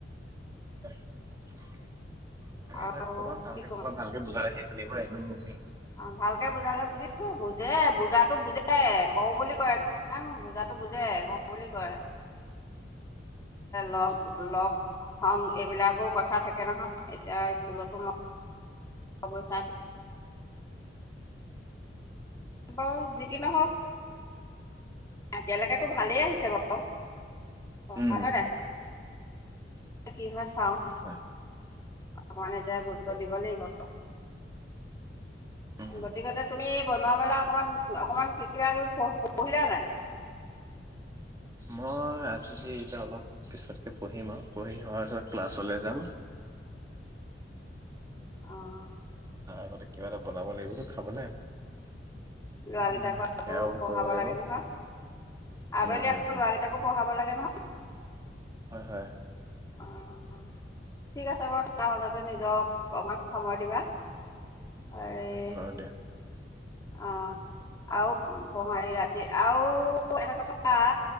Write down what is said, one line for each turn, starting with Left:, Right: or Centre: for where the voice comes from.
Right: আমি
Left: আৰু
Right: ভ খৰবাত ভালকে
Left: কি
Right: খৰবাত ভালকে বুজাই আহিম <unintelligible>
Left: অ ভালকে বুজালে বুজিব বুজে বুজাতো বুজে এ কওঁ বুলি কয় কিছুমান বুজাটো বুজে কওঁ বুলি কয়। লগ লগ সং এইবিলাকো কথা থাকে নহয় এতিয়া স্কুলতো মই সগৈ চা বাৰু যি কি নহওঁক এতিয়ালৈকেটো ভালেই আহিছে বাৰু
Right: উম,
Left: পঢ়া নাই। কি হয় চাওঁ
Right: হয়।
Left: অকমান এতিয়া গুৰুত্ব
Right: অ',
Left: দিব লাগিব।
Right: উম।
Left: গতিকেটো তুমি বনোৱা মেলা অকমান অকমান কিবা কিবি পঢ়িলা নাই?
Right: মই আজি এইবাৰ অলপ পিছতকে পঢ়িম আৰু পঢ়ি হোৱাৰ পাছত ক্লাছলৈ যাম।
Left: অ'।
Right: নাই আগতে কিবা এটা বনাব লাগিবটো খাবলে।
Left: ল'ৰাকেইটাকো
Right: অ',
Left: আকৌ
Right: সেয়া
Left: পঢ়াব
Right: কৰিব লাগিব
Left: লাগে নহয় আবেলি
Right: উম, হম,
Left: আকৌ
Right: হম।
Left: ল'ৰাকেইটাকো পঢ়াব লাগে নহয়
Right: হয় হয়
Left: অ', অ'। ঠিক আছে বাৰু, তাৰ মাজতে নিজক অকমান সময় দিবা। এই
Right: আছে বাৰু দে।
Left: অ আৰু পহাই ৰাতি আৰু এটা কথা